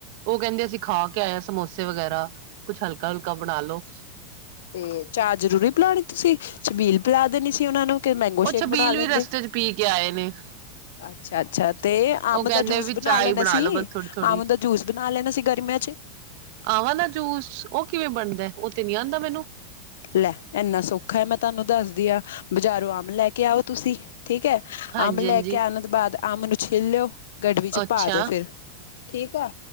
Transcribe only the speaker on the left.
'ਤੇ ਚਾਹ ਜਰੂਰੀ ਪਿਲਾਣੀ ਤੁਸੀਂ ਛਬੀਲ ਪਿਲਾ ਦੇਣੀ ਸੀ ਉਨਾ ਨੂੰ ਕੇ ਮੈਂਗੋ
ਸ਼ੇਕ
ਬਣਾ ਲੈਂਦੇ।
ਅੱਛਾ-ਅੱਛਾ 'ਤੇ ਅੰਬ
ਦਾ ਜੂਸ
ਬਣਾ
ਲੈਣਾ
ਸੀ।
ਅੰਬ ਦਾ ਜੂਸ ਬਣਾ ਲੈਣਾ ਸੀ ਗਰਮੀਆਂ 'ਚ।
ਲੈ ਇੰਨਾ ਸੌਖਾ ਐ ਮੈਂ ਤੁਹਾਨੂੰ ਦੱਸਦੀ ਆ ਬਜ਼ਾਰੋਂ ਅੰਮ ਲੈ ਕੇ ਆਓ ਤੁਸੀਂ ਠੀਕ ਐ
ਅੰਬ ਲੈ
ਕੇ ਆਣ ਤੋਂ ਬਾਅਦ ਅੰਬ ਨੂੰ ਛਿੱਲ ਲਓ ਗੜਵੀ ਚ
ਪਾ ਦੋ ਫੇਰ, ਠੀਕ ਆ,